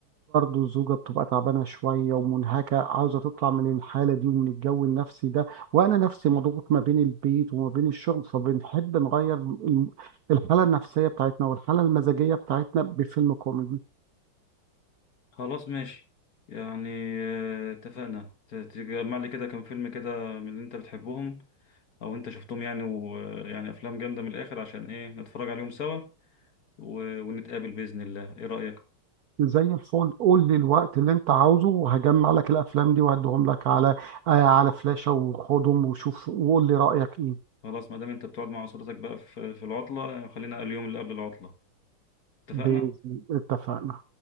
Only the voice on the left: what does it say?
خلاص ماشي يعني آه، اتفقنا ت- تجمع لي كده كام فيلم كده من اللي انت بتحبهم او انت شفتهم يعني ويعني افلام جامدة من الاخر عشان ايه نتفرج عليهم سوا و- ونتقابل بإذن الله ايه رأيك
خلاص ما دام انت بتقعد مع اسرتك بقى في في العطله خلينا اليوم اللي قبل العطله اتفقنا